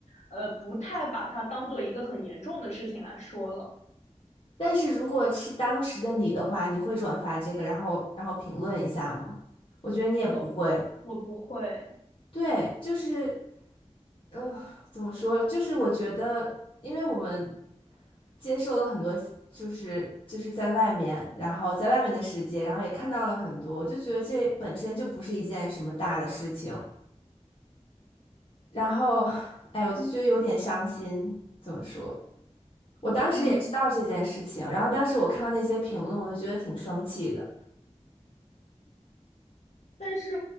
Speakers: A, on the left (about 70°); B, on the left (about 50°).
A: 呃，不太把它当做一个很严重的事情来说了。
B: 但是，如果是当时的你的话，你会转发这个，然后然后评论一下吗？我觉得你也不会。
A: 我我不会，
B: 对，就是嗯、呃怎么说？就是我觉得，因为我们接受了很多，就是就是在外面，然后在外面的世界，然后也看到了很多，我就觉得这本身就不是一件什么大的事情。然后，哎，我就觉得有点伤心。怎么说？我当时也知道这件事情，
A: 嗯，
B: 然后当时我看到那些评论，我就觉得挺生气的。
A: 但是